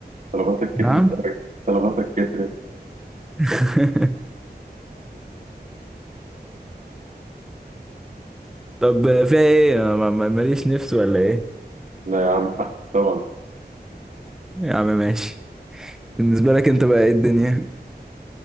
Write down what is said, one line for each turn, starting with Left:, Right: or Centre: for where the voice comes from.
Right: طلباتك كترت
Centre: نعم
Right: أوي طلباتك كترت
Centre: <laughs> طب فيها ايه ما- ما- ماليش نفس ولا ايه
Right: لا يا عم حق طبعا
Centre: يا عم ماشي بالنسبة لك انت بقى ايه الدنيا